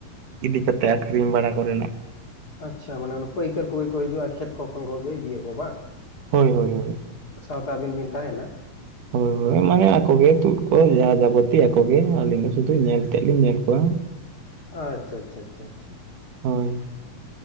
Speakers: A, on the right; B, on the left.
A: ᱤᱫᱤ ᱠᱟᱛᱮ ᱟᱠᱷᱨᱤᱧ ᱵᱟᱲᱟ ᱠᱚᱨᱮᱱᱟᱜ᱾
B: ᱟᱪᱪᱷᱟ ᱢᱟᱱᱮ ᱚᱱᱟ ᱯᱟᱹᱭᱠᱟᱹᱨ ᱠᱚᱜᱮ ᱠᱚ ᱦᱤᱡᱩᱜᱼᱟ ᱠᱷᱮᱛ ᱠᱚ ᱠᱷᱚᱱ ᱠᱚᱜ ᱜᱮ ᱤᱫᱤᱭᱟᱠᱚ ᱵᱟᱝ?
A: ᱦᱳᱭ ᱦᱳᱭ ᱦᱳᱭ᱾
B: ᱥᱟᱶᱛᱮ ᱟᱹᱵᱤᱱ ᱵᱤᱱ ᱛᱟᱦᱮᱱᱟ
A: ᱦᱳᱭ ᱦᱳᱭ ᱢᱟᱱᱮ ᱟᱠᱚ ᱜᱮ ᱛᱩᱫ ᱠᱚ ᱡᱟᱦᱟᱸ ᱡᱟᱵᱚᱛᱤ ᱟᱠᱚ ᱜᱮ, ‌ᱟᱹᱞᱤᱧ ᱫᱚ ᱥᱩᱫᱩ ᱧᱮᱞ ᱛᱮᱫ ᱞᱤᱧ ᱧᱮᱞ ᱠᱚᱣᱟ,
B: ᱟᱪᱪᱷᱟ ᱟᱪᱪᱷᱟ ᱟᱪᱪᱷᱟ ᱟᱪᱪᱷᱟ
A: ᱦᱳᱭ᱾